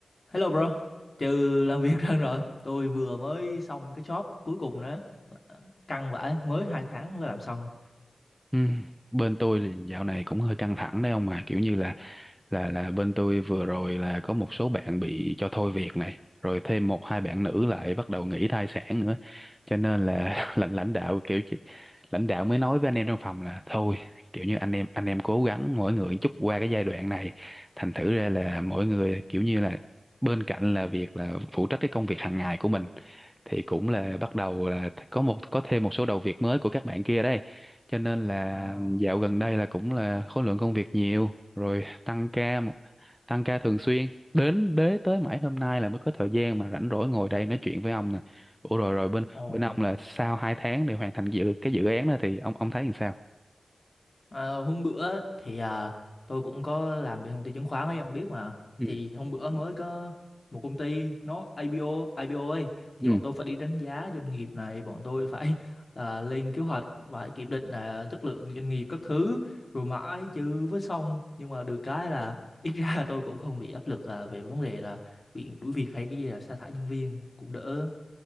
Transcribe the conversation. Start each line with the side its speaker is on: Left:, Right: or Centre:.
Left: Hello bro, trừ làm việc <laughs> ra rồi, tôi vừa mới xong cái job cuối cùng đó, căng vãi, mới hai tháng mới làm xong.
Centre: Ừ. Bên tôi thì dạo này cũng hơi căng thẳng đấy ông mà kiểu như là là là bên tôi vừa rồi là có một số bạn bị cho thôi việc này rồi thêm một hai bạn nữ lại bắt đầu nghỉ thai sản nữa cho nên là <laughs> lãnh lãnh đạo kiểu chị lãnh đạo mới nói với anh em trong phòng là thôi kiểu như anh em anh em cố gắng mỗi người chút qua cái giai đoạn này thành thử ra là mỗi người kiểu như là bên cạnh là việc là phụ trách cái công việc hàng ngày của mình thì cũng là bắt đầu là có một có thêm một số đầu việc mới của các bạn kia đây cho nên là
Left: Đó.
Centre: dạo gần đây là cũng là khối lượng công việc nhiều rồi tăng ca mà- tăng ca thường xuyên đến đế tới mãi hôm nay là mới có thời gian mà rảnh rỗi ngồi đây nói chuyện với ông nè ủa rồi rồi bên
Left: Ồ,
Centre: bên ông là sau hai tháng để hoàn thành dự cái dự án đó thì ông ông thấy làm sao
Left: Ờ, hôm bữa thì à, tôi cũng có làm bên công ty chứng khoán ấy ông biết mà
Centre: Ừ.
Left: thì hôm bữa mới có một công ty nó IPO IPO ấy thì
Centre: ừ
Left: bọn tôi phải đi đánh giá doanh nghiệp này bọn tôi phải à, lên kế hoạch phải kiểm định là chất lượng doanh nghiệp các thứ rồi mãi chứ với xong nhưng mà được cái là <laughs> ít ra tôi cũng không bị áp lực là về vấn đề là bị đuổi việc hay cái gì là sa thải nhân viên cũng đỡ